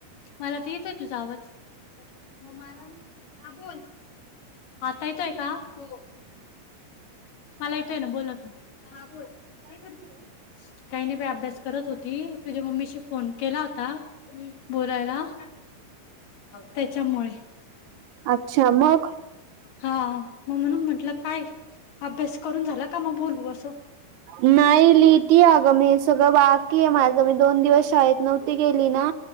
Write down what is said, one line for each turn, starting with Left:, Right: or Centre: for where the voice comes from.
Left: मला तर येतय तुझा आवाज, म मला हा बोल. आता येतोय का? हो. मला येतोय ना, बोल तू बोल आता. हा बोल काय करतीस? काही नाही अभ्यास करत होती, तुझ्या मम्मीशी फोन केला होता बोलायला. त्याच्यामुळे.
Right: अच्छा मग
Left: हा मग म्हणून म्हटलं काय. अभ्यास करून झाला का मग बोलू असं.
Right: नाही लिहते अगं मी, सगळं बाकी आहे माझं, मी दोन दिवस शाळेत नव्हती गेली ना,